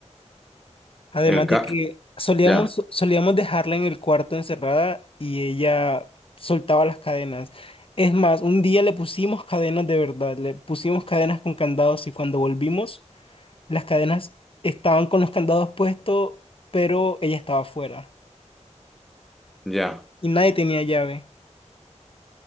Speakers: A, on the left; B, in the centre.
A: Además
B: El ca...
A: de que solíamos,
B: Ya,
A: so, solíamos dejarla en el cuarto encerrada y ella soltaba las cadenas. Es más, un día le pusimos cadenas de verdad, le pusimos cadenas con candados y cuando volvimos, las cadenas estaban con los candados puestos, pero ella estaba afuera
B: ya,
A: y nadie tenía llave.